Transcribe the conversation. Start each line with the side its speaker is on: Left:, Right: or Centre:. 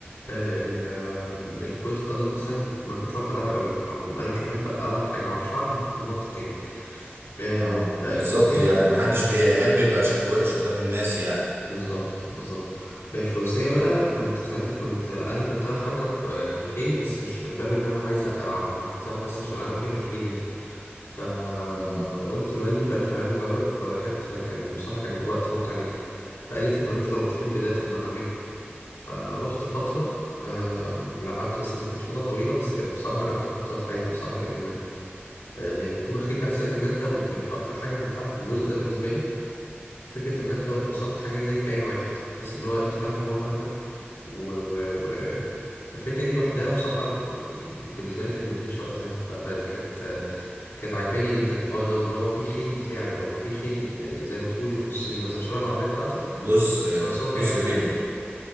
Left: آه، ال آم، الكرة القدم مثلا ما كنتش بعرف ألعبها قوي أم- أنا مش بحب ألعب حاجة ما بعرفش ألعبها بالمنطق يعني آه،
Right: اه
Left: بقى
Right: بالظبط
Left: الفروسية
Right: يعني
Left: بقى
Right: محدش بيحب يبقى شكله وحش قدام الناس يعني
Left: بالظبط بالظبط الفروسية بقى كنت ساعتها كنت أنا كنت رايح أركب آه، خيل بس مش من باب إن أنا عايز ألعب أنا كنت رايح بس عشان أنا بحب الخيل جدا فقلت
Right: مم.
Left: لوالدي فقال لي تمام جرب فركبت فكان بصراحة كان وقت ممتع جدا فقال لي طب لو أنت لو بتحب ده طب ما نعمله فروحت فترة آم، لعبت بس ما كانتش فترة طويلة بس كانت بصراحة من أمتع فترات حياتي بصراحة لأن آه، يعني ركوب الخيل بيحسسك إن أنت و- يعني أكتر حاجة ممتعة في الجزء ده بالنسبة لي فكرة إن أنت والحصان حاجة زي كيان واحد تحس إن هو أنت فاهمه وهو فاهمك و... و... و... الفكرة دي لوحدها بصراحة ب- بالنسبة لي كانت مدهشة وقتها ف... فكانت آه، كانت عجباني جدا الحوار ده وان هو في خيل بتاعي او في خيل آه، زي ما تقول يخصني مثلا شبه العربيه بتاعتك
Right: جزء
Left: بس
Right: آه،
Left: هو بس هو
Right: جزء
Left: كائن حي
Right: مني
Left: بقى